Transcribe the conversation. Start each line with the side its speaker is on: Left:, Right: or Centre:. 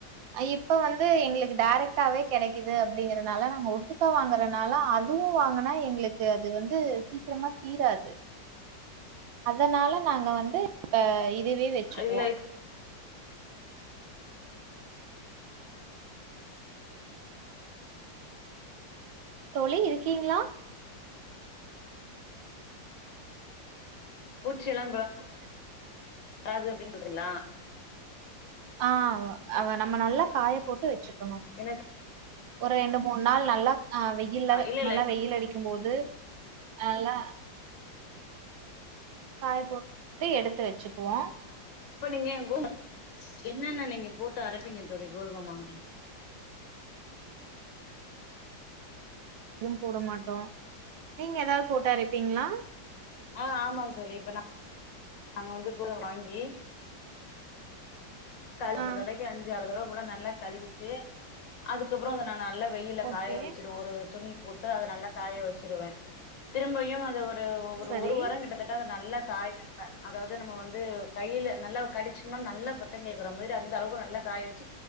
Right: இப்ப வந்து எங்களுக்கு டேரெக்ட்டாவே கெடைக்குது அப்படிங்கறனால நாங்க ஒட்டு கோ வாங்கறனால அதுவு வாங்குனா எங்களுக்கு அது வந்து சீக்கிரமா தீராது அதனால நாங்க வந்து இதுவே வச்சுக்குவோ
Left: அதுல
Right: தோழி இருக்கீங்ளா
Left: பூச்சி எல்லா
Right: ஓ செரிங்
Left: பத்தாது அப்டின் சொல்றீங்ளா
Right: ஆ அவ நம்ம நல்லா காய போட்டு வச்சுக்கணு
Left: என்ன எத்
Right: ஒரு ரெண்டு மூணு நாள் நல்லா அ வெயில்ல
Left: இல்ல இல்ல
Right: நல்லா வெயில் அடிக்கு போது நல்லா காய போட்டு எடுத்து வச்சுக்குவோ
Left: இப்ப நீங்க கோதும என்னன்ன நீங்க போட்டு அரப்பீங்க தோழி கோதும மாவுல
Right: எதுவு போட மாட்டோ நீங்க எதாவது போட்டா அரப்பீங்ளா
Left: ஆ ஆமாம் தோழி இப்ப நா நாங்க வந்து கோதும வாங்கி ஒரு
Right: ஆ.
Left: தடவைக்கு அஞ்சு ஆறு தடவ போல நல்லா கழுவிட்டு அதுக்கப்பறோ அத நா நல்லப் வெயில்ல
Right: ஓகே.
Left: காய வச்சுரு ஒரு துணி போட்டு அத நல்லா காய வச்சுருவே திரும்பையு அத ஒரு வ ஒரு
Right: சரி.
Left: ஒரு வார கிட்ட கிட்ட தட்ட அது நல்ல காய வெப்ப அதாவது நம்ம வந்து கைல நல்ல கடிச்சம்னா நல்ல சத்தம் கேட்குற மாதிரி அந்த அளவுக்கு நல்ல காய வச்சு